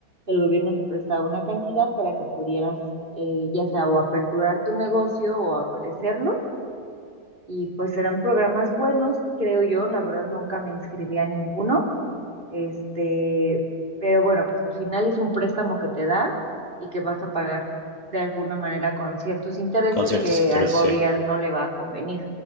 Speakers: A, on the right; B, on the left.
A: el gobierno te prestaba una cantidad para que pudieras eh, ya sea o aperturar tu negocio o a crecerlo. Y pues eran programas buenos, creo yo, la verdad nunca me inscribí a ninguno, este, pero bueno, pues al final es un préstamo que te da y que vas a pagar de alguna manera con ciertos intereses
B: con ciertos
A: que
B: intereses,
A: al gobierno
B: sí.
A: le va a convenir.